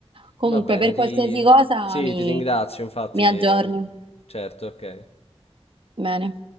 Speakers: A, on the right; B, on the left.
A: Comunque,
B: Va bene,
A: per
B: ti...
A: qualsiasi cosa
B: Sì,
A: mi,
B: ti ringrazio, infatti.
A: mi aggiorni.
B: Certo, ok.
A: Bene.